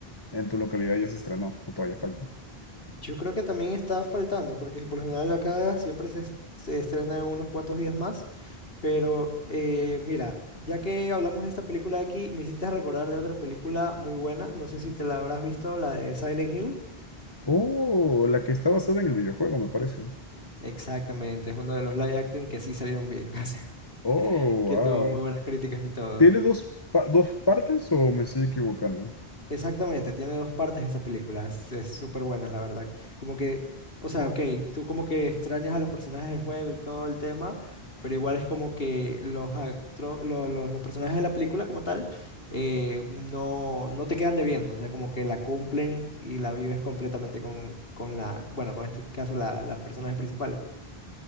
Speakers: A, on the left; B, on the left.
A: en tu localidad ya se estrenó o todavía falta.
B: Yo creo que también está faltando, porque por lo general acá siempre se, es- se estrena en unos cuantos días más, pero eh, mira, ya que hablamos de esta película de aquí, me hiciste recordar de otra película muy buena, no sé si te la habrás visto, la de Silent Hill.
A: Oh, la que está basada en el videojuego, me parece.
B: Exactamente, es uno de los live action que sí salieron bien, <laughs>
A: Oh,
B: que
A: wow.
B: tuvo muy buenas críticas y todo.
A: ¿Tiene dos, pa- dos partes o me estoy equivocando?
B: Exactamente, tiene dos partes esta película, es es súper buena, la verdad. Como que, o sea, ok, tú como que extrañas a los personajes del juego y todo el tema, pero igual es como que los, actro- lo- lo- los personajes de la película como tal eh, no, no te quedan debiendo, o sea, como que la cumplen y la vives completamente con, con la, bueno, con este caso la, la personaje principal.